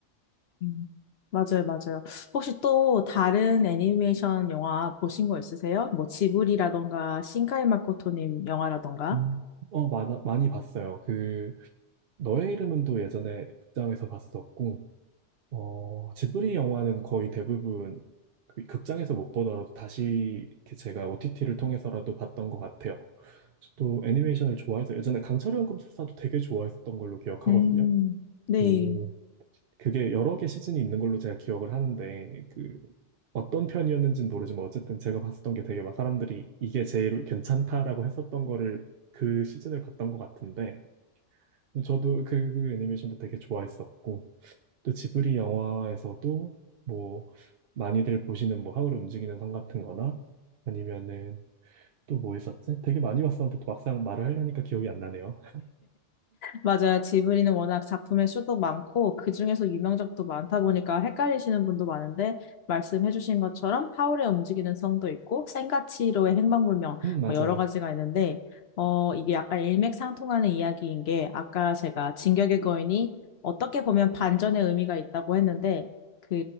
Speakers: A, on the left; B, on the right.
A: 음, 맞아요, 맞아요. 혹시 또 다른 애니메이션 영화 보신 거 있으세요? 뭐 지브리라던가 신카이 마코토님 영화라던가?
B: 음. 어, 많아, 많이 봤어요. 그 너의 이름은 또 예전에 극장에서 봤었고, 어, 지브리 영화는 거의 대부분 그 극장에서 못 보더라도 다시 이렇게 제가 OTT를 통해서라도 봤던 것 같아요. 저도 애니메이션을 좋아해서 예전에 강철의 연금술사도 되게 좋아했었던 걸로 기억하거든요.
A: 음, 네.
B: 그, 그게 여러 개 시즌이 있는 걸로 제가 기억을 하는데, 그, 어떤 편이었는지는 모르지만 어쨌든 제가 봤었던 게 되게 막 사람들이 이게 제일 괜찮다라고 했었던 거를 그 시즌을 봤던 것 같은데, 저도 그, 그 애니메이션도 되게 좋아했었고, 또 지브리 영화에서도 뭐, 많이들 보시는 뭐, 하울의 움직이는 성 같은 거나, 아니면은 또 뭐 있었지? 되게 많이 봤었는데 또 막상 말을 하려니까 기억이 안 나네요.
A: 맞아요. 지브리는 워낙 작품의 수도 많고, 그중에서 유명작도 많다 보니까 헷갈리시는 분도 많은데, 말씀해주신 것처럼 하울의 움직이는 성도 있고, 센가치로의 행방불명,
B: 음, 맞아요.
A: 뭐 여러 가지가 있는데, 어, 이게 약간 일맥상통하는 이야기인 게, 아까 제가 진격의 거인이 어떻게 보면 반전의 의미가 있다고 했는데, 그,